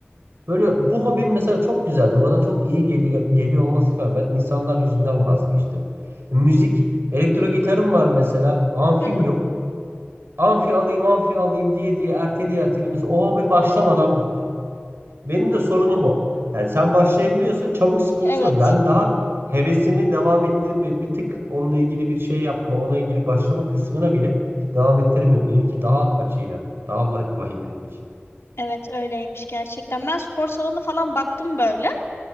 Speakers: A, on the right; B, on the left.
A: Böyle bu hobim mesela çok güzeldi. Bana çok iyi geli- geliyor olması rağmen insanlar yüzünden vazgeçtim. Müzik, elektro gitarım var mesela. Amfim
B: Hı hı,
A: yok. Amfi alayım, amfi alayım diye diye erteli erteli mesela o hobi başlamadan bitti. Benim de sorunum o. Yani sen başlayabiliyorsun, çabuk sıkılıyorsun
B: evet.
A: ama ben daha hevesimi devam ettirip ve bir tık onunla ilgili bir şey yapma, ona ilgili başlama kısmına bile devam ettirmiyorum. Benimki daha acı ya. Daha va- vahim benimki.
B: Evet öyleymiş gerçekten. Ben spor salonu falan baktım böyle.